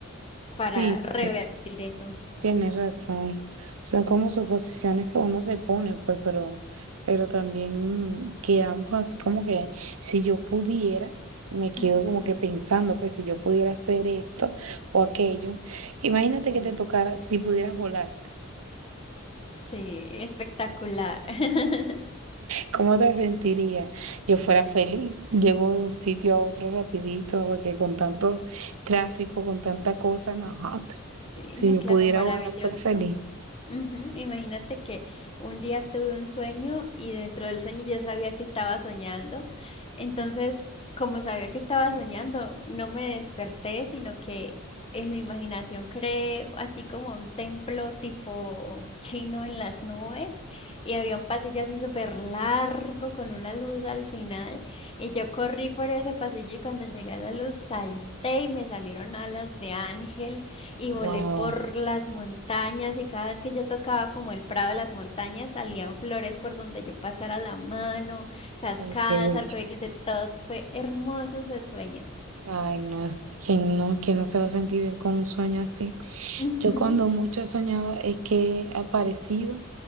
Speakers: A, on the left (about 25°); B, on the right (about 80°).
A: para
B: sí, sí,
A: revertir eso?
B: tienes razón. Son como suposiciones que uno se pone, pues, pero, pero también quedamos así como que si yo pudiera, me quedo
A: Ujú.
B: como que pensando, pues, si yo pudiera hacer esto o aquello. Imagínate
A: Sí,
B: que te tocara, si pudieras volar.
A: sí, espectacular. <laughs>
B: ¿Cómo te sentirías? Yo fuera feliz. Llego de un sitio a otro rapidito, porque con tanto tráfico, con tanta cosa, no.
A: Sí,
B: Si
A: no,
B: yo
A: claro,
B: pudiera
A: maravilloso.
B: volar, fuera feliz.
A: Ujú, Imagínate que un día tuve un sueño y dentro del sueño yo sabía que estaba soñando. Entonces, como sabía que estaba soñando, no me desperté, sino que en mi imaginación creé así como un templo tipo chino en las nubes y había un pasillo así súper largo con una luz al final y yo corrí por ese pasillo y cuando llegué a la luz salté y me salieron alas de ángel y
B: Wow.
A: volé por las montañas y cada vez que yo tocaba como el prado de las montañas salían flores por donde yo pasara la mano, cascadas,
B: Ay, qué bello.
A: arcoíris de todos. Fue hermoso ese sueño.
B: Ay, no, es que no, que no se va a sentir bien con un sueño así.
A: Ujú,
B: Yo cuando mucho he soñado es que he aparecido